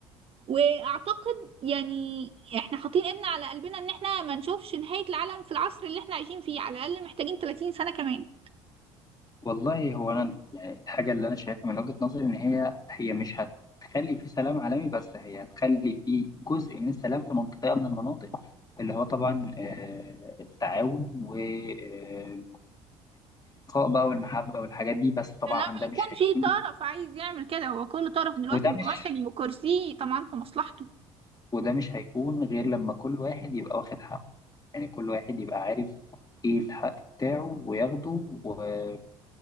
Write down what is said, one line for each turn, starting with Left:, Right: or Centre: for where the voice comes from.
Right: واعتقد يعني احنا حاطين ايدنا على قلبنا ان احنا ما نشوفش نهاية العالم في العصر اللي احنا عايشين فيه على الاقل محتاجين 30 سنة كمان
Left: والله هو انا يعني الحاجه اللي انا شايفها من وجهه نظري ان هي هي مش هتخلي في سلام عالمي بس هي هتخلي في جزء من السلام في منطقه من المناطق اللي هو طبعا آه، التعاون والاخاء بقى والمحبه والحاجات دي بس طبعا
Right: لما
Left: ده
Right: يكون
Left: مش
Right: في
Left: هيكون
Right: طرف عايز يعمل كده هو كل طرف دلوقتي
Left: وده
Right: متمسك
Left: مش
Right: بكرسيه طبعا في مصلحته
Left: وده مش هيكون غير لما كل واحد يبقى واخد حقه يعني كل واحد يبقى عارف ايه الحق بتاعه وياخده وما